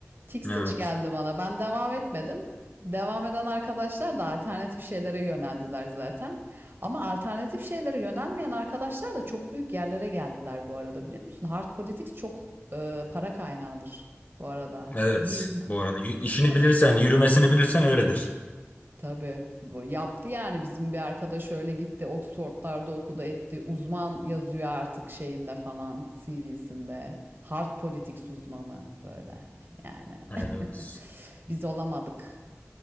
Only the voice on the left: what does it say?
Evet.
Evet
bu arada. Y- işini bilirsen, yürümesini bilirsen öyledir.
Helal olsun.